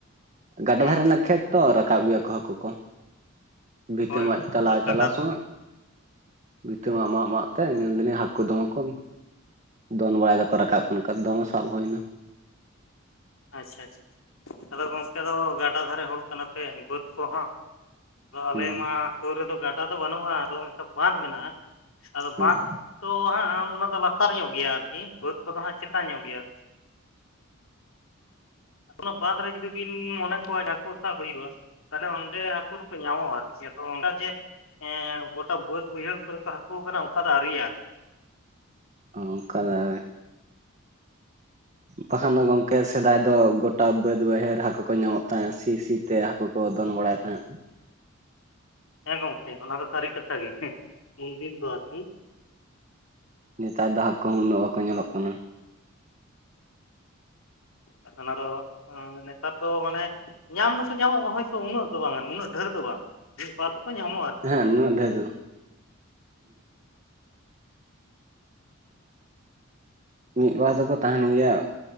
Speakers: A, on the right (about 35°); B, on the left (about 75°).
A: ᱜᱟᱰᱟ
B: ᱦᱚᱸ
A: ᱫᱷᱟᱨᱮ ᱨᱮᱱᱟᱜ ᱠᱷᱮᱛ ᱾ ᱛᱚ ᱨᱟᱠᱟᱵ ᱜᱮᱭᱟ ᱠᱚ ᱦᱟᱹᱠᱩ ᱠᱚ ᱵᱷᱤᱛᱟᱹᱢᱟᱜ
B: ᱦᱳᱭ ᱜᱚᱝᱠᱮ
A: ᱪᱟᱞᱟᱣ
B: ᱟᱫᱚ ᱜᱟᱰᱟ
A: ᱪᱟᱞᱟᱣ ᱥᱚᱢᱚᱡ ᱵᱷᱤᱛᱟᱹ ᱢᱟ ᱢᱟᱜ ᱢᱟᱜ ᱛᱮ ᱧᱮᱞ ᱮᱫᱟᱞᱤᱧ ᱦᱟᱹᱠᱩ ᱫᱚᱢᱮ ᱠᱚ ᱫᱚᱱ ᱵᱟᱲᱟᱭ ᱮᱫᱟᱠᱚ ᱨᱟᱠᱟᱵ ᱠᱟᱱᱟᱠᱚ ᱫᱚᱢᱮ ᱥᱟᱵ ᱦᱩᱭᱱᱟ
B: ᱟᱪᱪᱷᱟ ᱟᱪᱪᱷᱟ ᱟᱫᱚ ᱜᱚᱝᱠᱮ ᱫᱚ ᱜᱟᱰᱟ ᱫᱷᱟᱨᱮ ᱦᱚᱲ ᱠᱟᱱᱟ ᱯᱮ ᱵᱟᱹᱫᱽ ᱠᱚᱦᱚᱸ ᱟᱫᱚ ᱟᱞᱮ
A: ᱦᱩᱸ
B: ᱢᱟ ᱥᱳᱨ ᱨᱮᱫᱚ ᱜᱟᱰᱟ ᱫᱚ ᱵᱟᱹᱱᱩᱜ-ᱟ ᱟᱫᱚ ᱢᱤᱫᱴᱟᱝ ᱵᱟᱸᱫᱷ ᱢᱮᱱᱟᱜ-ᱟ ᱟᱫᱚ
A: ᱦᱮᱸ
B: ᱵᱟᱸᱫᱷ ᱛᱚ ᱦᱟᱸᱜ ᱚᱱᱟ ᱫᱚ ᱞᱟᱛᱟᱨ ᱧᱚᱜ ᱜᱮᱭᱟ ᱟᱨᱠᱤ ᱵᱟᱹᱫᱽ ᱠᱚᱫᱚ ᱦᱟᱸᱜ ᱪᱮᱛᱟᱱ ᱧᱚᱜ ᱜᱮᱭᱟ ᱚᱱᱟ ᱵᱟᱸᱫᱽ ᱨᱮ ᱡᱩᱫᱤ ᱵᱤᱱ ᱢᱚᱱᱮ ᱠᱚᱣᱟ ᱦᱟᱹᱠᱩ ᱥᱟᱵ ᱦᱩᱭᱩᱜ-ᱟ ᱛᱟᱞᱦᱮ ᱚᱸᱰᱮ ᱦᱟᱹᱠᱩ ᱫᱚᱠᱚ ᱧᱟᱢᱚᱜ-ᱟ ᱟᱨᱠᱤ ᱟᱫᱚ ᱚᱱᱮ ᱡᱮ ᱮᱸ ᱜᱚᱴᱟ ᱵᱟᱹᱫ ᱵᱟᱹᱭᱦᱟᱹᱲ ᱠᱚᱨᱮ ᱠᱚ ᱦᱟᱹᱠᱩ ᱟᱠᱟᱱᱟ ᱚᱱᱠᱟ ᱫᱚ ᱟᱨᱤᱭᱟ
A: ᱚᱝᱠᱟ ᱫᱚ ᱵᱟᱠᱷᱟᱱ ᱫᱚ ᱜᱚᱝᱠᱮ ᱥᱮᱫᱟᱭ ᱫᱚ ᱜᱚᱴᱟ ᱵᱟᱹᱫ ᱵᱟᱹᱭᱦᱟᱹᱲ ᱦᱟᱹᱠᱩ ᱠᱚ ᱧᱟᱢᱚᱜ ᱛᱟᱦᱮᱸ ᱥᱤ ᱥᱤ ᱛᱮ ᱦᱟᱹᱠᱩ ᱠᱚ ᱫᱚᱱ ᱵᱟᱲᱟᱭ ᱛᱟᱦᱮᱸᱜ
B: ᱦᱮᱸ ᱜᱚᱝᱠᱮ ᱚᱱᱟ ᱫᱚ ᱥᱟᱹᱨᱤ ᱠᱟᱛᱷᱟ ᱜᱮ ᱩᱱᱫᱤᱱ ᱫᱚ ᱟᱨᱠᱤ
A: ᱱᱮᱛᱟᱨ ᱫᱚ ᱦᱟᱠᱩ ᱦᱚᱸ ᱩᱱᱟᱹᱜ ᱵᱟᱠᱚ ᱧᱮᱞᱚᱜ ᱠᱟᱱᱟ
B: ᱵᱟᱠᱦᱟᱱ ᱟᱨᱚ ᱱᱮᱛᱟᱨ ᱫᱚ ᱢᱟᱱᱮ ᱧᱟᱢ ᱫᱚᱠᱚ ᱧᱟᱢᱚᱜ-ᱟ ᱦᱳᱭᱛᱳ ᱩᱱᱟᱹᱜ ᱫᱚ ᱵᱟᱝ ᱩᱱᱟᱹᱜ ᱰᱷᱮᱨ ᱫᱚ ᱵᱟᱝ ᱢᱤᱫ ᱵᱟᱨ ᱫᱚᱠᱚ ᱧᱟᱢᱚᱜ-ᱟ
A: ᱦᱮᱸ ᱱᱩᱱᱟᱹᱜ ᱰᱷᱮᱨ ᱫᱚ
B: <unintelligible>
A: ᱢᱤᱫ ᱵᱟᱨ ᱫᱚᱠᱚ ᱛᱟᱦᱮᱱ ᱜᱮᱭᱟ